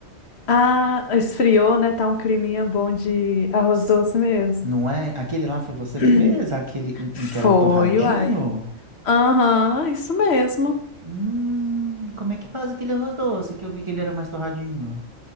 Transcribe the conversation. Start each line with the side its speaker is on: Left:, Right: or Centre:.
Left: Ah, esfriou, né? Tá um climinha bom de arroz
Right: S-
Left: doce mesmo.
Right: Não é? Aquele lá foi você
Left: <clears throat>
Right: que fez? Aquele um-
Left: Foi,
Right: um que era torradinho?
Left: uai. Aham, isso mesmo.
Right: Hum, como é que faz aquele arroz doce que eu vi que ele era mais torradinho?